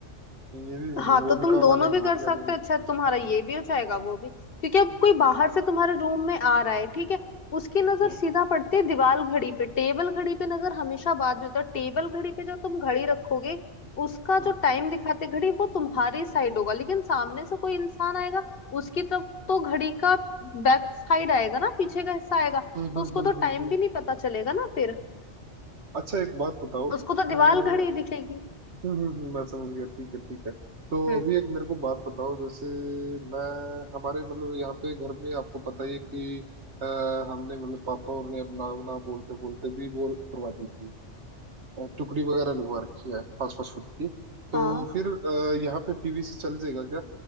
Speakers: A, on the right; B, on the left.
A: ये भी मतलब
B: हाँ
A: वो
B: तो तुम
A: भी काम
B: दोनों
A: आ जाएगी
B: भी कर
A: वो
B: सकते
A: भी आ जाएगी
B: हो अच्छा तुम्हारा ये भी हो जाएगा वो भी क्योंकि अब कोई बाहर से तुम्हारे रूम में आ रहा है ठीक है उसकी नजर
A: हम्म
B: सीधा पड़ती है दीवार घड़ी पे टेबल घड़ी पे नजर हमेशा बाद में तो टेबल घड़ी पे जो तुम घड़ी रखोगे उसका
A: हम्म
B: जो टाइम दिखाते घड़ी वो तुम्हारी साइड होगा लेकिन सामने से कोई इंसान आएगा उसकी तरफ तो घड़ी का बैक साइड आएगा ना पीछे का हिस्सा आएगा
A: हम्म हम्म
B: तो उसको
A: हम्म,
B: तो
A: हम्म,
B: टाइम
A: हम्म। हम्म।
B: भी नहीं पता चलेगा ना फिर
A: अच्छा एक बात बताओ
B: उसको तो दीवार
A: अ, हम्म
B: घड़ी दिखेगी
A: हम्म हम्म, मैं समझ गया ठीक है ठीक है तो
B: हम्म
A: अभी एक मेरे को बात बताओ जैसे मैं हमारे मतलब यहाँ पे घर में आपको पता ही है कि अ, हमने मतलब पापा और ने अपना ना बोलते बोलते भी वो करवा दी थी अ, टुकड़ी वगैरह लगवा रखी है पाँच पाँच फुट की तो
B: हाँ
A: फिर अ, यहाँ पे पीवी से चल जाएगा क्या